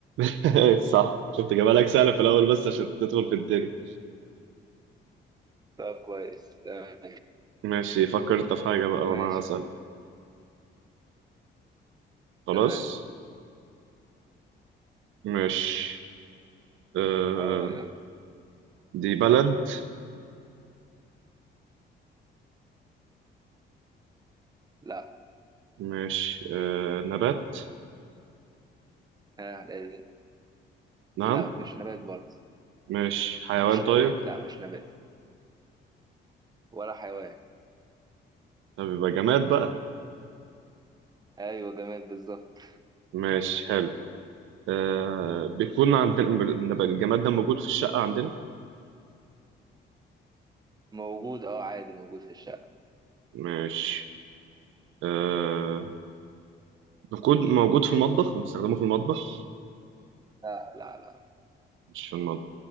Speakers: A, on the right; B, on the right.
A: <laughs> صح شفت جمالك سهلة في الأول بس عشان تدخل في التاني
B: طب كويس تمام
A: ماشي فكر أنت في حاجة بقى
B: ماشي
A: وأنا هسأل خلاص
B: تمام
A: ماشي آه
B: أه يلا
A: دي بلد
B: لا
A: ماشي آه نبات
B: ها لازم.
A: نعم
B: لا مش نبات برضه
A: ماشي حيوان
B: مش
A: طيب
B: نبات لا مش نبات ولا حيوان
A: طب يبقى جماد بقى
B: أيوه جماد بالظبط
A: ماشي حلو آه بيكون عندنا النب- الجماد ده موجود في الشقة عندنا
B: موجود أه عادي موجود في الشقة
A: ماشي آه موجود موجود في المطبخ بنستخدمه في المطبخ
B: لا لا لا
A: مش في المطبخ